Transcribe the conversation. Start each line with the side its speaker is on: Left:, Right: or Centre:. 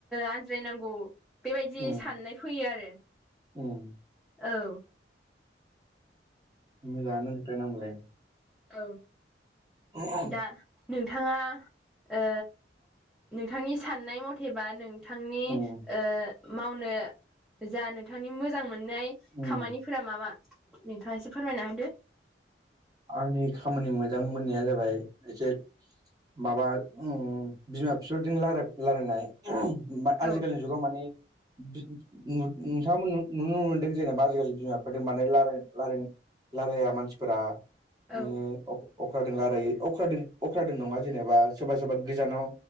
Centre: आनज्रायनांगौ बेबायदि
Right: उम
Centre: साननाय फैयो आरो
Right: उम
Centre: औ
Right: मोजां आनो <unintelligible>
Centre: औ
Right: अ
Centre: दा नोंथाङा ओ नोंथांनि साननाय मथेबा नोंथांनि
Right: उम
Centre: ओ मावनो जा नोंथांनि मोजां मोननाय
Right: उम
Centre: खामानि फोरा म मा नोंथाङा एसे फोरमायना होदो
Right: आंनि खामानि मोजां मोननाया जाबाय एसे माबा बिमा बिफाजों रायलायनाय आजिखालिनि
Centre: औ
Right: जुगाव माने नोंथां नु-नुनो मोनदों जे नेबा आजिखालि बिमा बिफादो राय-राय-रायलाया मानसिफोरा
Centre: औ
Right: अम अख्रादों रायलायो अख्रादों अख्रादों नङा जेनेबा सोरबा सोरबा गोजानाव